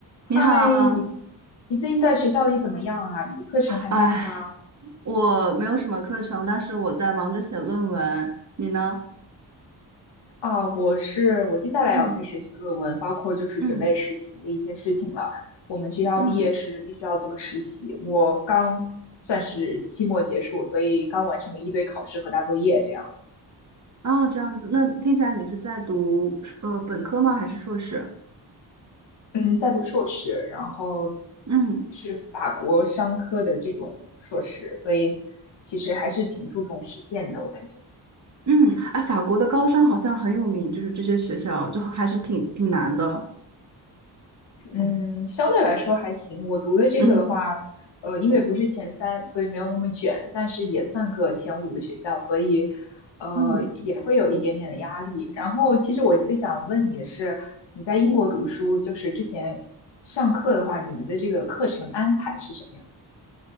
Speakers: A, on the left; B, on the right.
A: 嗨，
B: 你好，
A: 你你最近在学校里怎么样啊？你的课程还忙吗？
B: 哎，我没有什么课程，但是我在忙着写论文。你呢？
A: 啊，我是我接下来要开始写论文，
B: 嗯
A: 包括就是准备实习的一些事情了。
B: 嗯
A: 我们学校毕业是必须要做个实习，
B: 嗯，
A: 我刚算是期末结束，所以刚完成了一堆考试和大作业这样。
B: 哦，这样子，那听起来你是在读呃本科吗？还是硕士？
A: 嗯，在读硕士，然后
B: 嗯
A: 是法国商科的这种硕士，所以其实还是挺注重实践的，我感觉。
B: 嗯，哎，法国的高商好像很有名，就是这些学校就还是挺挺难的。
A: 嗯，相对来说还行。我读的这个的话，
B: 嗯
A: 呃，因为不是前三，所以没有那么卷，但是也算个前五的学校，所以呃也会有一点点的压力。
B: 嗯，
A: 然后，其实我最想问你的是，你在英国读书，就是之前上课的话，你们的这个课程安排是什么样？